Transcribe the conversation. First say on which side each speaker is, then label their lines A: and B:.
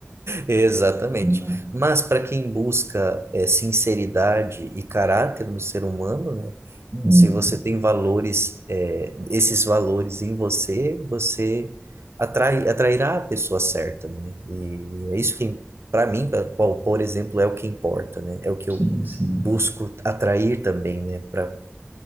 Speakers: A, on the right (about 75°); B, on the right (about 50°).
A: exatamente.
B: né?
A: Mas para quem busca é, sinceridade e caráter no ser humano, né?
B: Hum,
A: Se você tem valores, é, esses valores em você, você atrai, atrairá a pessoa certa, né? E é isso que, para mim, pra- por por exemplo, é o que importa, né? É o que
B: sim,
A: eu
B: sim.
A: busco atrair também, né? Para